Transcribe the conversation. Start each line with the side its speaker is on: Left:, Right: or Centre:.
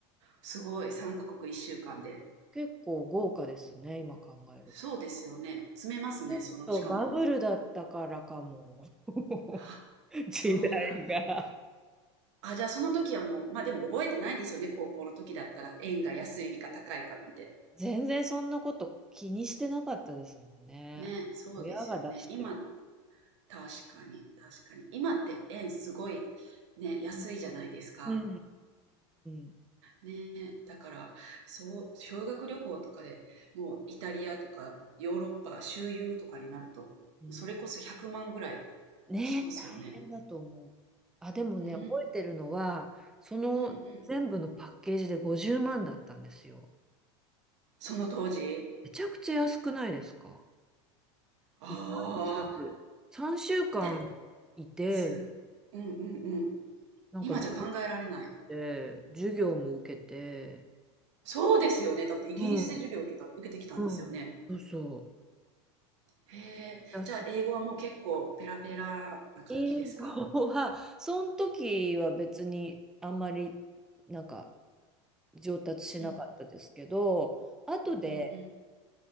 Right: すごい。3カ国1週間で。
Centre: 結構豪華ですね、今考えると。
Right: そうですよね。詰めますね、
Centre: ちょっとバブルだったからかも。
Right: その、しかも。
Centre: <laughs>
Right: あ、
Centre: 時代が。
Right: そうなんだ。あ、じゃあその時はもう、まあでも覚えてないですよね。高校の時だったら円が安いか高いかなんて。
Centre: 全然そんなこと気にしてなかったですもんね。
Right: ね、そうですよね。
Centre: 親が出してる。
Right: 今確かに、確かに。今って円すごいね、安いじゃないですか。
Centre: うんうんうんう
Right: ね、だから、そう、修学旅行とかでもうイタリアとかヨーロッパ周遊とかになると、
Centre: んうん。
Right: それこそ100万ぐらい
Centre: うんねえ、
Right: しますよね。
Centre: 大変だと思う。あ、でもね、
Right: うん、
Centre: 覚えてるのは、その全部のパッケージで50万だったんですよ。
Right: うん、うん。その当時
Centre: めちゃくちゃ安くないですか
Right: ああ
Centre: ?1 ヶ月、3週間いて、
Right: ー、で、す、うん、うん、うん。
Centre: なんかど
Right: 今じゃ考えられない。
Centre: て、授業も受けて、
Right: そうですよね。だってイギリスで授業を受けた、
Centre: うん、
Right: 受けてきたんですよね。
Centre: うん。そうそう。
Right: へえ、
Centre: だし
Right: じゃあ英語はもう結構ペラペラな感じですか
Centre: 英語は、その時は別にあんまりなんか上達しなかったですけど、
Right: うん、
Centre: 後で、
Right: うん、うん、うん。